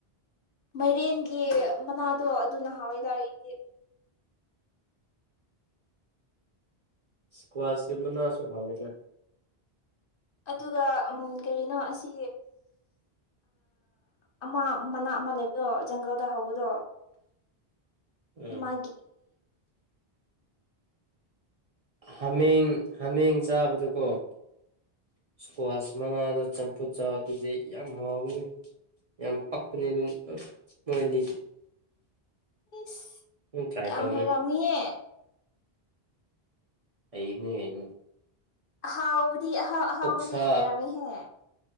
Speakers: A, on the left; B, on the right.
A: ꯃꯥꯏꯔꯦꯟꯒꯤ ꯃꯅꯥꯗꯣ ꯑꯗꯨꯅ ꯍꯥꯎꯋꯦꯗꯥꯛꯏꯗꯤ
B: ꯁꯀ꯭ꯋꯥꯁ ꯀꯦꯕꯨꯅꯁꯣ ꯍꯋꯥꯏꯒ
A: ꯑꯗꯨꯒ ꯀꯔꯤꯅꯣ ꯑꯁꯤ ꯑꯃ ꯃꯅꯥ ꯑꯃ ꯂꯩꯕꯗꯣ ꯖꯪꯒꯜꯗ ꯍꯧꯕꯗꯣ
B: ꯎꯝ
A: ꯃꯥꯒꯤ
B: ꯍꯥꯃꯦꯡ ꯍꯥꯃꯦꯡ ꯆꯥꯕꯗꯀꯣ ꯏꯁꯀ꯭ꯋꯥꯁ ꯃꯅꯥꯗ ꯆꯝꯐꯨꯠ ꯆꯥꯕ ꯑꯗꯨꯗꯤ ꯌꯥꯝ ꯍꯥꯎꯅꯤ ꯌꯥꯝ ꯄꯛꯄꯅꯤ ꯑꯗꯨ ꯃꯣꯏ ꯑꯅꯤꯗꯤ
A: ꯏꯁ
B: ꯅꯪ ꯇ꯭ꯔꯥꯏ
A: ꯌꯥꯝ
B: ꯇꯧꯔꯣꯅꯦ
A: ꯍꯥꯏꯦꯔꯃꯤꯍ
B: ꯑꯩꯅꯦ
A: ꯑꯍꯥꯎꯕꯗꯤ ꯑꯍꯥꯎ ꯑꯍꯥꯎꯕꯗꯤ
B: ꯑꯣꯛꯁꯥ
A: ꯍꯥꯏꯔꯝꯃꯤꯍꯦ